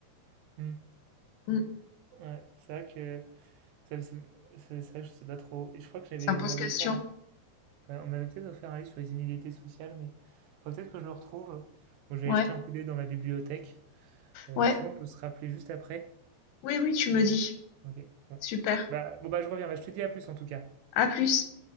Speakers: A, on the right (about 85°); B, on the left (about 85°).
A: Hmm.
B: Mm.
A: Ouais, c'est vrai que. c'est c'est- c'est vrai que je sais pas trop. Et je crois que j'avais,
B: Ça pose
A: on m'avait
B: question.
A: offert, un- euh, on m'avait peut-être offert un livre sur les inégalités sociales, mais faudrait peut-être que je le retrouve. Bon, je vais
B: Ouais,
A: jeter un coup d'œil dans ma bibliothèque. Euh,
B: ouais.
A: si on peut se rappeler juste après.
B: Oui, oui, tu me dis.
A: Ok. Bon.
B: Super.
A: Bah, bon bah je reviens. Bah, je te dis à plus en tout cas.
B: À plus.